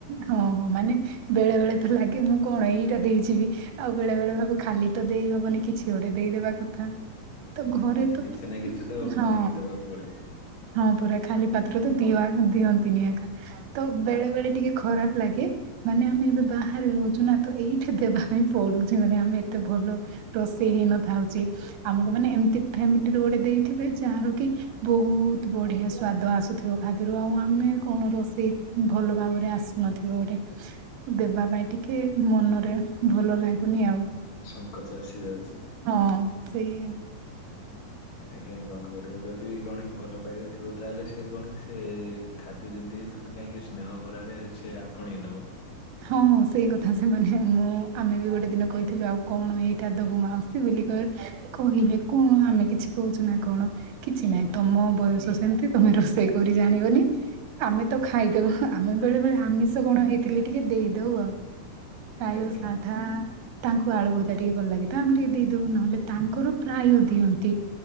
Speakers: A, on the right (about 85°); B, on the left (about 65°).
A: ହଁ ହଁ ମାନେ ବେଳେ ବେଳେ ତ ଲାଗେ ମୁଁ କଣ ଏଇଟା ଦେଇଯିବି। ଆଉ ବେଳେ ବେଳେ ଭାବୁ ଖାଲି ତ ଦେଇ ହବନି କିଛି ଗୋଟେ ଦେଇଦବା କଥା। ତ
B: ଆଜ୍ଞା
A: ଘରେ
B: ନିହାତି
A: ତ,
B: କିଛି ନା କିଛି ତ
A: ହଁ।
B: ବନେଇକି ଦେବାକୁ ପଡେ।
A: ହଁ ପୁରା ଖାଲି ପାତ୍ର ତ ପିଇବାକୁ ଦିଅନ୍ତିନି ଏକା। ତ ବେଳେ ବେଳେ ଟିକେ ଖରାପ ଲାଗେ। ମାନେ ଆମେ ଏବେ ବାହାରେ ରହୁଛୁ ନା ତ ଏଇଠି ଦେବା ପାଇଁ ପଡୁଛି ମାନେ ଆମେ ଏତେ ଭଲ। ରୋଷେଇ ହେଇନଥାଉଛି ଆମକୁ ମାନେ ଏମିତି ଫ୍ୟାମିଲି ର ଗୋଟେ ଦେଇଥିବେ ଯାହାର କି ବହୁତ ବଢିଆ ସ୍ଵାଦ ଆସୁଥିବ ଖାଦ୍ୟରୁ ଆଉ ଆଁ ଆମେ କଣ ରୋଷେଇ ଭଲ ଭାବରେ ଆସୁନଥିବ ଗୋଟେ। ଦେବା ପାଇଁ ଟିକେ ମନରେ ଭଲ ଲାଗୁନି ଆଉ।
B: ସଙ୍କଚ ଆସି ଯାଉଛି।
A: ହଁ ସେଇ ଆ।
B: ଆଜ୍ଞା କଣ କରିବା? ଯଦି କଣ କି ଭଲ ପାଇବା ଥି ଥିବ ତା ହେଲେ ସେ କଣ କି ସେ ଖାଦ୍ୟ ଯେମିତି ଥାଉ ନା କାହିଁକି ସ୍ନେହ ଭରାରେ ସେ ଆପଣେଇ ନେବ।
A: ହଁ ସେଇ କଥା ସେମାନେ ମୁଁ ଆମେ ବି ଗୋଟେ ଦିନ କହିଥିଲୁ ଆଉ କଣ ଏଇଟା ଦବୁ ମାଉସୀ ବୋଲି କହ କହିଲେ କଣ ଆମେ କିଛି କହୁଛୁ ନା କଣ? କିଛି ନାଇଁ। ତମ ବୟସ ସେମିତି ତମେ ରୋଷେଇ କରି ଜାଣିବନି। ଆମେ ତ ଖାଇଦେବୁ। ଆମେ ବେଳେ ବେଳେ ଆମିଷ କଣ ହେଇଥିଲେ ଟିକେ ଦେଇଦଉ ଆଉ। ପ୍ରାୟ
B: ଆଜ୍ଞା
A: ସାଧା ତାଙ୍କୁ ଆଳୁଭଜା ଟିକେ ଭଲ ଲାଗେ ତ ଆମେ ଟିକେ ଦେଇଦେଉ ନହେଲେ ତାଙ୍କର ପ୍ରାୟ ଦିଅନ୍ତି।